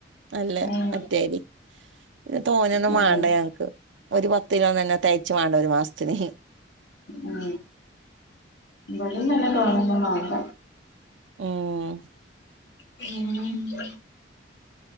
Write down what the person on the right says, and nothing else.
നല്ല
മറ്റരി പിന്നെ തോന്നൊന്നും
വേണ്ട ഞങ്ങക്ക് ഒരു പത്ത് കിലോ തന്നെ തയ്ച്ച്ു വേണ്ട ഒരു മാസത്തിന്
ആഹ